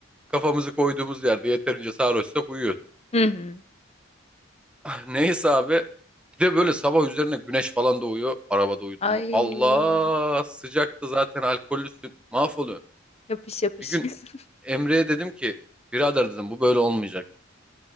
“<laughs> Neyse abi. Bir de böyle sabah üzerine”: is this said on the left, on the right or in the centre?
Centre